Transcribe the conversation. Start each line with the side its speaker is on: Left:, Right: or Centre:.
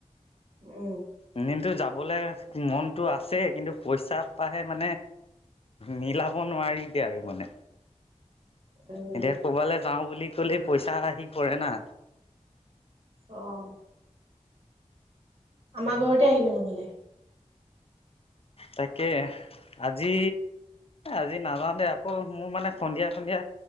Right: উম।
Left: এনেটো যাবলে মনটো আছে কিন্তু পইচা পাহে মানে মিলাব নোৱাৰিগে আৰু মানে
Right: উম,
Left: এতিয়া ক'বালৈ যাও বুলি। লে পইচা আহি পৰে না।
Right: আহ। আমাৰ ঘৰতে আহিবি নহলে।
Left: তাকে আজি আজি নাযাওঁতে আকৌ মোৰ মানে সন্ধিয়া সন্ধিয়া